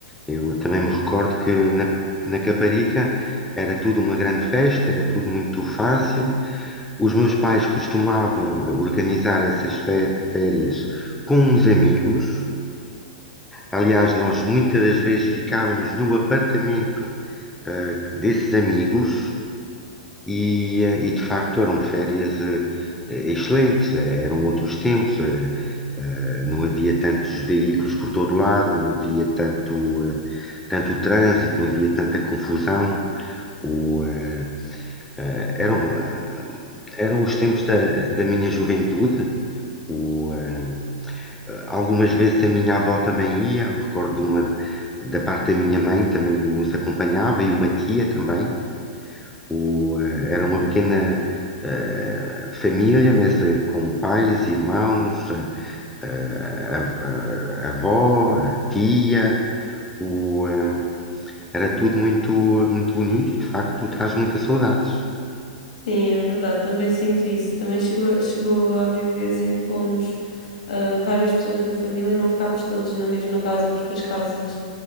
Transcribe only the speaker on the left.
Sim, é verdade, também sinto isso. Também chegou, chegou a haver vezes em que fomos ah, várias pessoas da família e não ficámos todos na mesma casa porque as casas